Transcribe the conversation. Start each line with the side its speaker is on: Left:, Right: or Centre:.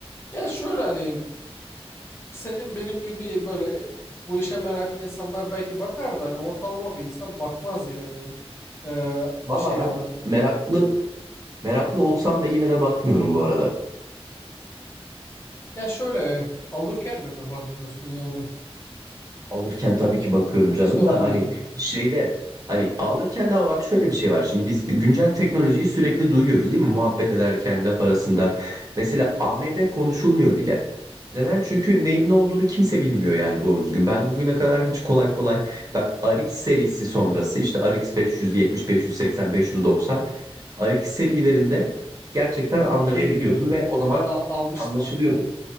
Left: Ya şöyle hani senin benim gibi böyle bu işe meraklı insanlar belki bakar da hani ortalama bir insan bakmaz yani e,
Right: Valla
Left: bir şey
Right: ben
Left: alırken yani.
Right: meraklı meraklı olsam da yine de bakmıyorum bu arada.
Left: Ya şöyle alırken de mi bakmıyorsun yani?
Right: Alırken tabii ki bakıyorum canım
Left: İşte onu
Right: da hani
Left: diyorum yani.
Right: şeyde hani alırken de ama bak şöyle bir şey var. Şimdi biz güncel teknolojiyi sürekli duyuyoruz değil mi? Muhabbet ederken laf arasında. Mesela AMD konuşulmuyor bile. Neden? Çünkü neyin ne olduğunu kimse bilmiyor yani doğru düzgün. Ben bugüne kadar hiç kolay kolay bak RX serisi sonrası işte RX 570, 580, 590 RX serilerinde gerçekten anlayabiliyordun
Left: İyi gidiyordu.
Right: ve o zaman
Left: Ben al- almıştım
Right: anlaşılıyordu.
Left: hatta.